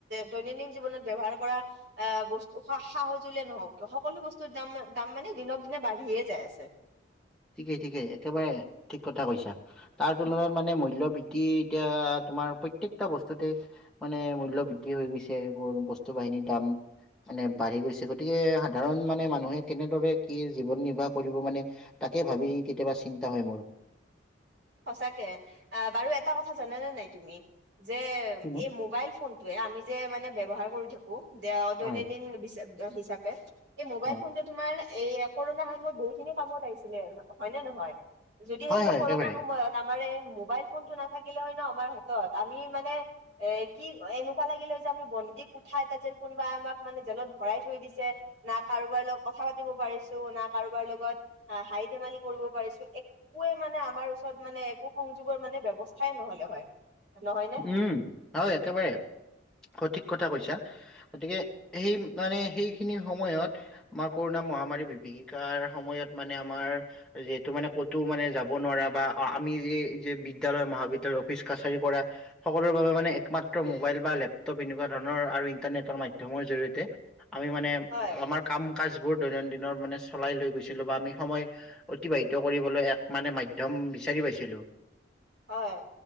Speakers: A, on the right; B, in the centre.
A: দৈনন্দিন জীৱনত ব্যৱহাৰ কৰা অ, বস্তু সা-সজুলিয়ে নহওঁক কিয় সকলো বস্তুৰ দাম-দাম মানে দিনক-দিনে বাঢ়িয়ে যায় আছে।
B: ঠিকেই-ঠিকেই একেবাৰে ঠিক কথা কৈছা। তাৰ তুলনাত মানে মূল্য বৃদ্ধি এতিয়া তোমাৰ প্ৰত্যেকতা বস্তুতে- মানে মূল্য বৃদ্ধি হৈ গৈছে, ব বস্তু বাহিনীৰ দাম- মানে বাঢ়ি গৈছে। গতিকে সাধাৰণ মানে মানুহে কেনেদৰে কি জীৱন নিৰ্বাহ কৰিব মানে- তাকে ভাবি কেতিয়াবা চিন্তা হয় মোৰ।
A: সঁচাকে আহ বাৰু এটা কথা জানানে নাই তুমি? যে
B: কি ন?
A: এই মোবাইল ফোন- তোয়ে আমি যে মানে ব্যৱহাৰ কৰি থাকোঁ দৈনন্দিন
B: হয়
A: হিচাপে। এই মোবাইল
B: হয়
A: ফোনটোয়ে তোমাৰ এই কৰোণাৰ সময়ত বহুখিনি কামত আহিছিলে হয়নে নহয়। যদি সেই
B: হয়
A: সকৰৰ-
B: হয় একেবাৰে
A: সময়ত আমাৰ এই মোবাইল ফোন টো নাথাকিলে হয় ন আমাৰ হাতত আমি মানে। এ কি এনেকুৱা লাগিলে যে আমি বন্দী কোঠা এটা যে কোনোবাই আমাক মানে জেলত ভৰাই থৈ দিছে। না কাৰোবাৰ লগত কথা পাতিব পাৰিছোঁ না কাৰোবাৰ লগত। অ হাঁহি ধেমালি কৰিব পাৰিছোঁ একোৱে মানে আমাৰ ওচৰত মানে একো সংযোগৰ মানে ব্যৱস্থাই নহ'লে হয়। নহয় নে?
B: উম হয় একেবাৰে সঠিক কথা কৈছা। গতিকে সেই মানে সেইখিনি সময়ত আমাৰ কৰোণা মহামাৰীৰ বিভীষিকাৰ সময়ত মানে আমাৰ যিহেটো মানে ক'তো মানে যাব নোৱাৰা বা আমি যে যে বিদ্যালয় মহাবিদ্যালয় অফিচ কাছাৰী কৰা সকলোৰে বাবে মানে একমাত্ৰ মোবাইল বা লেপটপ এনেকুৱা ধৰণৰ আৰু ইন্টাৰনেটৰ মাধ্যমৰ জৰিয়তে। আমি মানে
A: হয়,
B: আমাৰ কাম- কাজ বোৰ দৈনন্দিনৰ মানে চলাই লৈ গৈছিলোঁ বা আমি সময় অতিবাহিত কৰিবলৈ এক মানে মাধ্যয় মানে বিচাৰি পাইছিলোঁ।
A: হয়